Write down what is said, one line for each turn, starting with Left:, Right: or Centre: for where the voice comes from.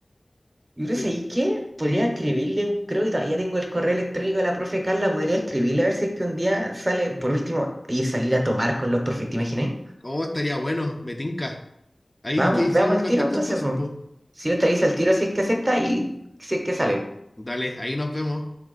Right: Y no
Left: Te-
Right: sé, ¿y qué? Podría
Left: ¿Mm?
Right: escribirle, un- creo que todavía tengo el correo electrónico de la profe Carla, podría escribirle a ver si es que un día sale, por último, y salir a tomar con los profes, ¿te imagináis?
Left: Oh, estaría bueno, me tinca. Ahí
Right: Vamos,
Left: que
Right: veamos
Left: seguimos en
Right: el
Left: contacto
Right: tiro entonces,
Left: entonces,
Right: po.
Left: pues.
Right: Si no te avisa el tiro, si es que acepta y si es que sale.
Left: Dale, ahí nos vemos.